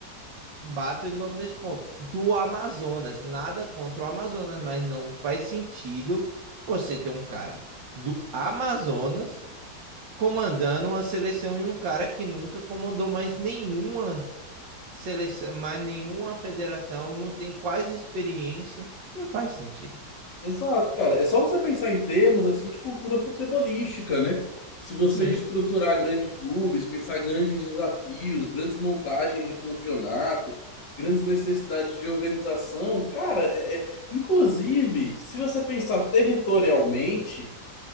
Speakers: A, on the right; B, on the left.
A: bato de novo nesse ponto, do Amazonas. Nada contra o Amazonas, mas não faz sentido você ter um cara do Amazonas comandando uma seleção e um cara que nunca comandou mais nenhuma seleção, mais nenhuma federação, não tem quase experiência. Não faz sentido.
B: Exato, cara. É só você pensar em termos assim de cultura futebolística, né? Se você
A: Sim.
B: estruturar grandes clubes, pensar grandes desafios, grandes montagens de campeonato, grandes necessidades de organização, cara, é- é- inclusive, se você pensar territorialmente,